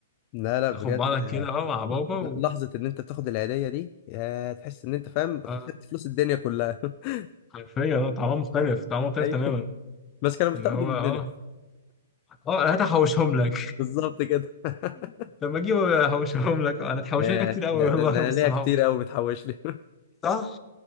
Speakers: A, on the left (about 40°); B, on the left (about 20°).
A: لا لا
B: تاخد
A: بجد
B: بعضك كده اه مع بابا و...
A: لا لحظة ان انت بتاخد العيدية دي يا تحس ان انت فاهم
B: اه
A: خدت فلوس الدنيا كلها <laughs>
B: حرفيا اه طعمها مختلف طعمها مختلف
A: ايوه
B: تماما
A: بس كانوا بتاخدوا
B: اللي هو
A: مننا
B: اه اه هات احوشهم لك
A: بالظبط كده <laughs>
B: <laughs> لما اجيب احوشهم لك انا اتحوشنا
A: يا
B: كتير قوي
A: ده ده
B: والله
A: ده
B: يا
A: انا
B: ابو الصحاب
A: ليا كتير قوي متحوش لي <laughs>
B: صح؟